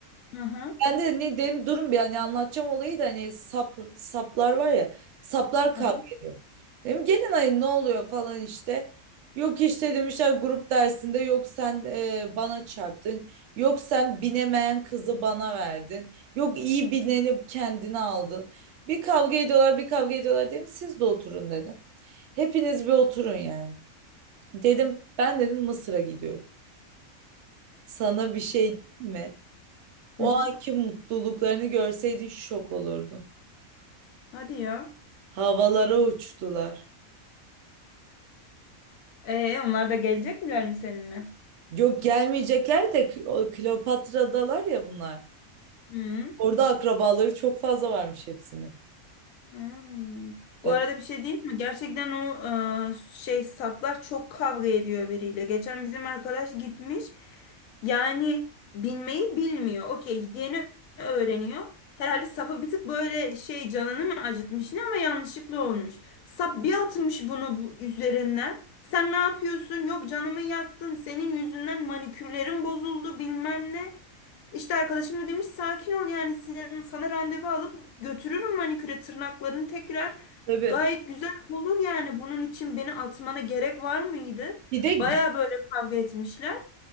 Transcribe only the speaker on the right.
Ben de ne dedim durun bir hani anlatacağım olayı da hani sap saplar var ya saplar kavga
ediyor. Dedim gelin ayın ne oluyor falan işte. Yok işte demişler grup dersinde yok sen e, bana çarptın. Yok sen binemeyen kızı bana verdin. Yok iyi bineni kendine aldın. Bir kavga ediyorlar bir kavga ediyorlar dedim siz de oturun dedim. Hepiniz bir oturun yani. Dedim ben dedim Mısır'a gidiyorum. Sana bir şey diyeyim mi? O
anki mutluluklarını görseydin şok olurdun.
Havalara uçtular.
Yok gelmeyecekler de K- o Kleopatra'dalar ya bunlar.
Orada akrabaları çok fazla varmış hepsinin.
Evet
tabii.
Bir de Gü-